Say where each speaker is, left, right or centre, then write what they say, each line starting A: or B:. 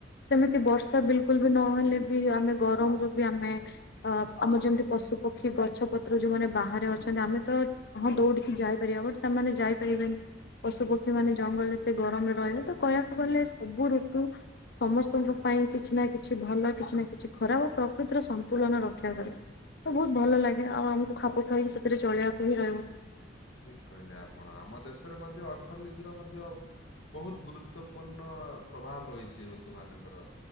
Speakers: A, on the left (about 60°); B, on the left (about 85°).
A: ସେମିତି ବର୍ଷା ବିଲକୁଲ ବି ନହେଲେ ବି ଆମେ ଗରମରୁ ବି ଆମେ ଅ ଆମର ଯେମିତି ପଶୁ ପକ୍ଷୀ ଗଛ ପତ୍ର ଯୋଉମାନେ ବାହାରେ ଅଛନ୍ତି ଆମେ ତ ହଁ ଦୌଡିକି ଯାଇପାରିବା ବଟ ସେମାନେ ତ ଯାଇପାରିବେନି। ପଶୁ ପକ୍ଷୀ ମାନେ ଜଙ୍ଗଲରେ ସେ ଗରମରେ ରହିଲେ ତ କହିବାକୁ ଗଲେ ସବୁ ଋତୁ ସମସ୍ତଙ୍କ ପାଇଁ କିଛି ନା କିଛି ଭଲ କିଛି ନା କିଛି ଖରାପ ଓ ପ୍ରକୃତିର ସନ୍ତୁଳନ ରଖ୍ ଖୀବା ପାଈଁ ତ ବହୁତ୍ ଭଲ ଲାଗେ ଆଉ ଆମକୁ ଖାପ ଖୁଆଇ ସେଥିରେ ଚଳିବାକୁ ହିଁ ରହିବ।
B: ଠିକ କହିଲେ ଆପଣ ଆମ ଦେଶରେ ମଧ୍ୟ ଅର୍ଥନୀତିର ମଧ୍ୟ ବହୁତ ଗୁରୁତ୍ୱପୂର୍ଣ୍ଣ ପ୍ରଭାବ ରହିଚି ଋତୁ ମାନଙ୍କର।